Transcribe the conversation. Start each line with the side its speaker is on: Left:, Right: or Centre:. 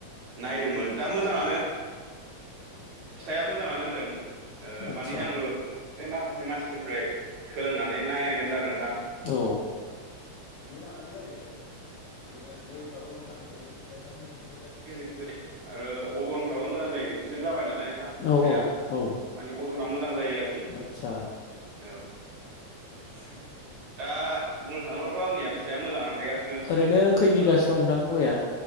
Right: नायदोंमोन दा मोजाङानो।
Left: <inaudible>
Right: फिथाइआ मोजाङानो होदों
Left: आदसा
Right: मानि आंबो बै माखासे मानसिफोरनिफ्राय सोलोंनानै नाय नायनायदोंमोन आरो नोंथां।
Left: औ मोजाङानो जायो माने आरो गयफ्राबो मोजां थायो फिथाइफ्रा गिदि
Right: गिदिर गिदिर आरो अजनफ्राबो मोजां जायो गिदिर जाबाय नालाय। फिसाया
Left: औ औ
Right: माने अजना मोजां जायो आरोखि
Left: आदसा
Right: औ। <inaudible> दा बुंनो थाङोब्लाथ' आंनिया फिथाइआ मोजाङानो थायगासिनो।
Left: ओरैनो खै बिगासो
Right: औ
Left: दं नोंथां गया